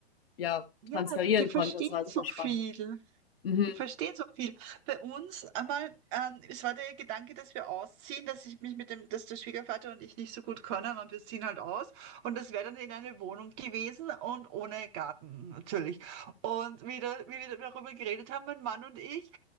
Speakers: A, on the left; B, on the right.
A: ja,
B: ja,
A: transferieren
B: die verstehen
A: konnte. Das war
B: so
A: super spannend.
B: viel.
A: Mhm.
B: Die verstehen so viel. Bei uns einmal, ähm, es war der Gedanke, dass wir ausziehen, dass ich mich mit dem, dass der Schwiegervater und ich nicht so gut können und wir ziehen halt aus. Und das wäre dann in eine Wohnung gewesen und ohne Garten natürlich. Und wieder, wie wir darüber geredet haben, mein Mann und ich,